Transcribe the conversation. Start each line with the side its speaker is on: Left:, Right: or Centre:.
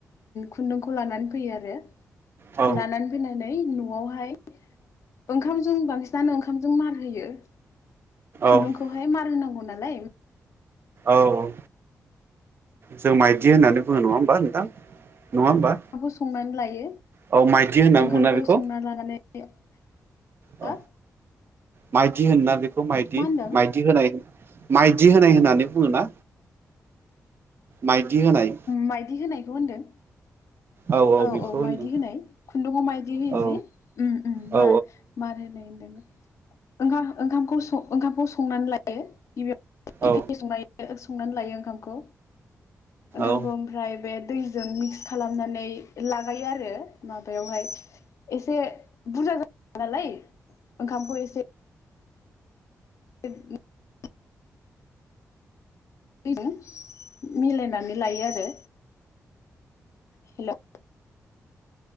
Left: खुन्दुंखौ लानानै फैयो आरो।
Right: औ
Left: लानानै फैनानै न'आवहाय ओंखामजों बांसिनानो ओंखामजों मार होयो। खुन्दुंखौहाय
Right: औ
Left: मार होनांगौ नालाय।
Right: औ जों माइदि होननानै बुङो नङा होमबा नोंथां नङा होमबा।
Left: ओंखामखौ संनानै लायो
Right: औ माइदि होनना
Left: ओंखामखौ
Right: बुङोना बेखौ
Left: संनानै लानानै <inaudible>
Right: औ माइदि होना बेखौ माइदि
Left: होनदों
Right: माइदि होनाय। माइदि होनाय होननानै बुङोना माइदि होनाय।
Left: मायदि होनायखौ होनदों।
Right: औ।
Left: औ
Right: बेखौ
Left: औ
Right: होनो
Left: मायदि होनाय खुन्दुंआव मायदि होयो
Right: औ
Left: जि
Right: औ
Left: मार होनाय होनदों। ओंखाम ओंखामखौ संनानै लायो गिबियाव
Right: औ
Left: गेफे संनाय संनानै लायो ओंखामखौ ओंखामखौ
Right: औ
Left: आमफ्राय। जों मिक्स खालामनानै लागायो आरो माबायावहाय एसे बुरजा। नालाय ओंखामखौ एसे <inaudible> <unintelligible> मिलायनानै लायो आरो हेल'।